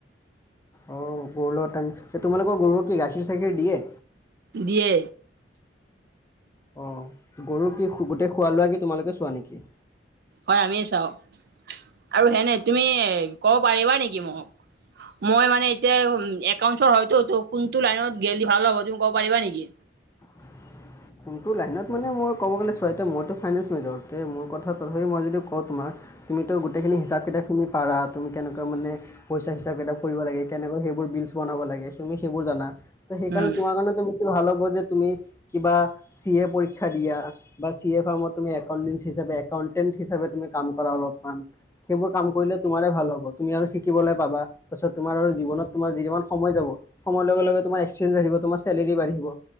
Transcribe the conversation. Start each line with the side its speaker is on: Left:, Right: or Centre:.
Left: অ গৰু লগত টাইম তোমালোকৰ গৰু কি গাখীৰ চাখীৰ দিয়ে
Right: দিয়ে
Left: অ গৰু কি গোটেই খোৱা লোৱা কি তোমালোকে চোৱা নেকি
Right: হয় আমিয়ে চাওঁ আৰু সেনে তুমি ক'ব পাৰিবা নেকি মোক মই মানে এতিয়া একাউন্টছৰ হয়তো কোনটো লাইনত গেলি ভাল হ'ব তুমি ক'ব পাৰিবা নেকি
Left: <inaudible> কোনটো লাইনত মানে মই ক'ব গ'লে চোৱা মইটো ফাইনেন্স মেজৰতে মোৰ কথা মই যদি কওঁ তোমাৰ তুমিতো গোটেইখিনি হিচাপ কিতাপখিনি পাৰ তুমি কেনেকুৱা মানে পইচা হিচাপ কিতাপ কৰিব লাগে কেনেকৈ সেইবোৰ বিলচ বনাব লাগে তুমি সেইবোৰ জানা ত সেইকাৰণে
Right: উম,
Left: তোমাৰ কাৰণেটো বেছি ভাল হ'ব যে তুমি কিবা চি এ পৰীক্ষা দিয়া বা চি এ ফাম তুমি একাউণ্টেন হিচাপে একাউটেণ্ট হিচাপে তুমি কাম কৰা অলপমান সেইবোৰ কাম কৰিলে তোমাৰে ভাল হ'ব তুমি আৰু শিকিবলে পাবা তাৰপিছত তোমাৰ আৰু জীৱনত তোমাৰ যিমান সময় যাব সময় লগে লগে তোমাৰ এক্সপয়েঞ্চ বাঢ়িব তোমাৰ চেলেৰি বাঢ়িব